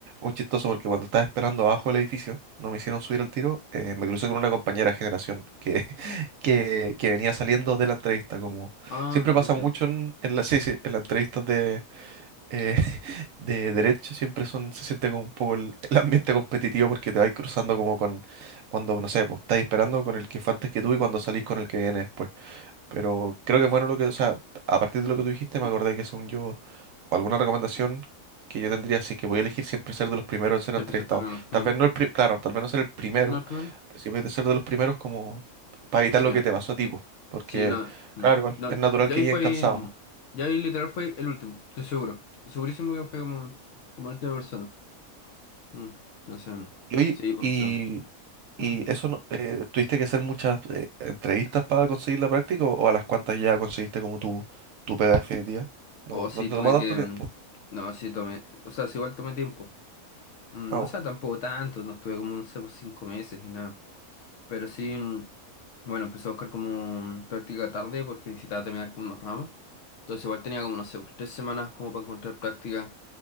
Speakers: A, on the right (about 70°); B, on the left (about 65°).
A: muy chistoso porque cuando estaba esperando abajo del edificio, no me hicieron subir al tiro, eh, me crucé con una compañera de generación que, <laughs> que, que venía saliendo de la entrevista. Como
B: Ah,
A: siempre
B: yo
A: pasa
B: dije.
A: mucho en, en la, sí, sí, en las entrevistas de, eh, de derecho siempre son, se siente como un poco el, el ambiente competitivo porque te vais cruzando como con, cuando, no sé, pues estáis esperando con el que fue antes que tú y cuando salís con el que viene después. Pero creo que es bueno lo que, o sea, a partir de lo que tú dijiste me acordé que según yo, o alguna recomendación que yo tendría, si es que voy a elegir siempre ser de los primeros en ser
B: Sí,
A: entrevistados.
B: empezó primero. Mm.
A: Tal vez no el, pri- claro, tal vez no ser el primero,
B: No, primero.
A: pero sí puedes ser de los primeros como para evitar
B: Sí.
A: lo que te pasó a ti, po. Porque,
B: Sí, no. mm.
A: claro, igual,
B: No,
A: es natural
B: ya
A: que
B: ahí
A: lleguen
B: fue.
A: cansados.
B: mm, Ya ahí literal fue el último, estoy seguro. Estoy segurísimo que fue como, como la última persona. Mm, No sé. mm.
A: Y, oye,
B: Sí, pues.
A: y
B: O sea, mm.
A: ¿Y eso no- eh, tuviste que hacer muchas eh, entrevistas para conseguir la práctica o, o a las cuantas ya conseguiste como tu, tu pega definitiva? No,
B: O sí,
A: no te
B: tuve
A: toma tanto
B: que.
A: tiempo.
B: mm, No, sí, tomé. O sea, sí, igual tomé tiempo. Mm,
A: Ah,
B: o
A: oh,
B: sea, tampoco tanto, no estuve como, no sé, pues cinco meses ni nada. Pero sí, mm, bueno, empecé a buscar como mm, práctica tarde porque necesitaba terminar con unos ramos. Entonces igual tenía como, no sé, pues tres semanas como para encontrar práctica,